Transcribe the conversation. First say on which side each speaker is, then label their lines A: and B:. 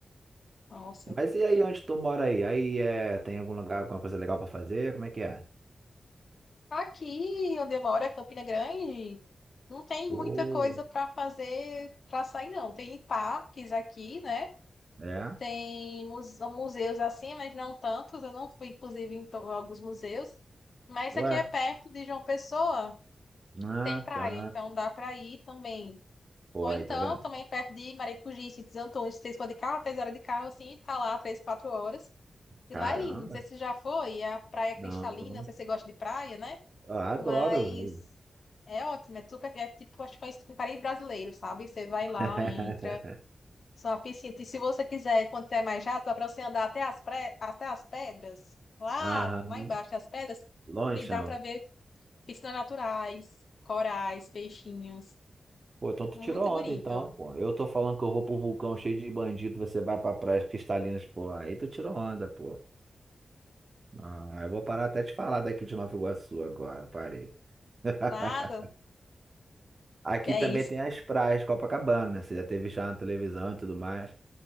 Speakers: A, on the left (about 55°); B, on the right (about 35°).
A: nossa.
B: Mas e aí, onde tu mora aí? Aí é, tem algum lugar, alguma coisa legal pra fazer? Como é que é?
A: Aqui onde eu moro é Campina Grande, não tem
B: Pô,
A: muita coisa para fazer, para sair, não. Tem parques aqui, né?
B: é?
A: Tem muse- museus assim, mas não tantos. Eu não fui, inclusive, em to- alguns museus. Mas
B: Ué?
A: aqui é perto de João Pessoa
B: Ah,
A: e tem praia,
B: tá.
A: então dá para ir também.
B: Pô,
A: Ou
B: aí,
A: então,
B: tá vendo?
A: também perto de Maracujipe, de Antônio, se vocês for de carro, três horas de carro, assim, tá lá três, quatro horas. E
B: Caramba.
A: lá é lindo, não sei se já foi, é a praia
B: Não,
A: cristalina,
B: não.
A: não sei se você gosta de praia, né?
B: Eu adoro.
A: Mas
B: viu?
A: é ótimo, é super, é tipo, acho que é um parei brasileiro, sabe? Você vai lá,
B: <laughs>
A: entra, só uma piscina. E se você quiser, quando é mais rápido, dá para você andar até as, pré, até as pedras, lá,
B: Aham.
A: lá embaixo das pedras,
B: Lonjão.
A: e dá para ver piscinas naturais, corais, peixinhos.
B: Pô, então tu
A: Muito
B: tirou onda,
A: bonito.
B: então, pô. Eu tô falando que eu vou pro vulcão cheio de bandido, você vai pra praias cristalinas, pô. Aí tu tirou onda, pô. Ah, eu vou parar até de falar daqui de Nova Iguaçu agora, parei. <laughs>
A: Nada,
B: Aqui
A: que é
B: também
A: isso.
B: tem as praias de Copacabana, né? Você já teve já na televisão e tudo mais.